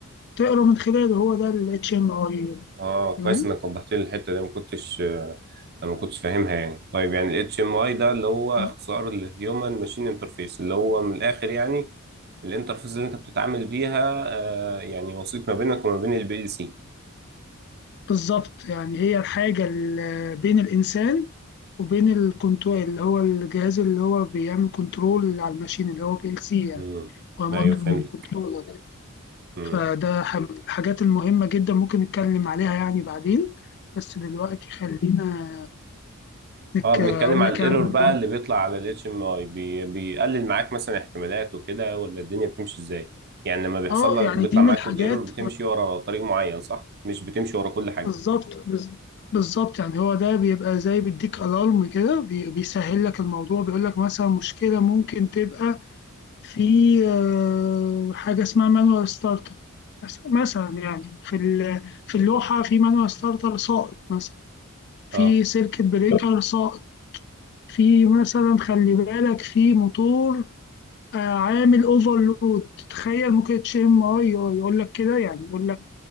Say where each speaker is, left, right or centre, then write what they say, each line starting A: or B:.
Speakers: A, on the left (about 50°); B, on the right (about 50°).
A: تقرا من خلاله هو ده ال HMI
B: اه كويس
A: تمام
B: انك وضحت لي الحته دي ما كنتش آه، ما كنتش فاهمها يعني طيب يعني الاتش ام اي ده اللي هو اختصار
A: آه،
B: الهيومن ماشين انترفيس اللي هو من الاخر يعني الانترفيس اللي انت بتتعامل بيها آه يعني وسيط ما بينك وما بين البي ال سي
A: بالظبط يعني هي الحاجة اللي بين الإنسان وبين الكنترول اللي هو الجهاز اللي هو بيعمل كنترول على الماشين اللي هو بي ال سي يعني
B: امم
A: هو مايكرو
B: ايوه فهمت
A: كنترولر يعني.
B: امم
A: فده ح- الحاجات المهمة جدا ممكن نتكلم عليها يعني بعدين بس دلوقتي خلينا انك
B: اه بنتكلم
A: اقول
B: على
A: لك
B: الايرور
A: يعني
B: بقى اللي بيطلع على الاتش ام اي بيقلل معاك مثلا احتمالات وكده ولا الدنيا بتمشي ازاي يعني لما بيحصل
A: اه
B: لك
A: يعني
B: بيطلع
A: دي
B: معاك
A: من الحاجات
B: كود ايرور بتمشي ورا طريق معين صح مش بتمشي ورا كل حاجه
A: بالظبط بز- بالظبط يعني هو ده بيبقى زي بيديك الارم كده بي- بيسهل لك الموضوع بيقول لك مثلا مشكله ممكن تبقى في آه، حاجه اسمها مانوال ستارتر مثلا يعني في ال- في اللوحه في مانوال ستارتر ساقط مثلا في
B: اه
A: سيركت بريكر ساقط في مثلا خلي بالك في موتور آه، عامل اوفرلود تخيل ممكن تشم اه يقول لك كده يعني يقول لك